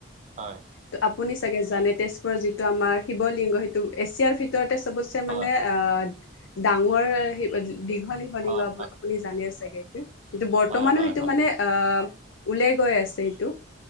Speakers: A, on the right; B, on the left.
A: হয়
B: ত' আপুনি চাগে জানে তেজপুৰৰ যিটো আমাৰ শিৱ লিংগ সেইটো এছিয়াৰ ভিতৰতে চবত ছে মানে
A: হয়
B: অ ডাঙৰ শিৱ দীঘল শিৱলিংগ
A: হয়
B: আপুনি জানে চাগে এইটো সেইটো বৰ্তমানো
A: হয় হয়
B: সেইটো
A: হয়
B: মানে আহ ওলাই গৈ আছে সেইটো